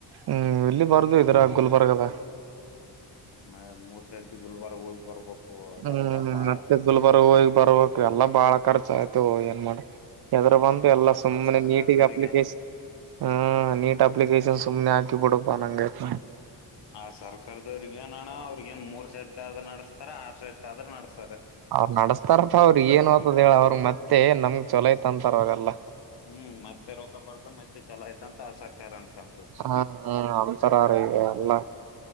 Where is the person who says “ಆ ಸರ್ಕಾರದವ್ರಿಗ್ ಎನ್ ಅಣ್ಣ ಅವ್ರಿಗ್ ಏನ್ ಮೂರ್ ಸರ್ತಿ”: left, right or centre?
Left